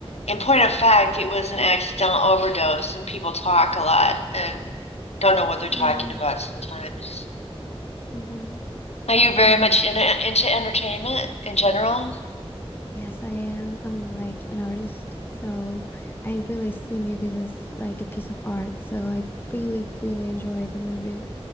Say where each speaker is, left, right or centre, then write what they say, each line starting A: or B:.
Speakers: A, on the left; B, on the left.
A: in point of fact, it was an accidental overdose, and people talk a lot and don't know what they're
B: Yeah.
A: talking about sometimes.
B: Mm-hmm.
A: Are you very
B: I mean,
A: much in, into entertainment in general?
B: Yes, I am. I'm like an artist, so I really see movies as like a piece of art. So I really, really enjoy every movie.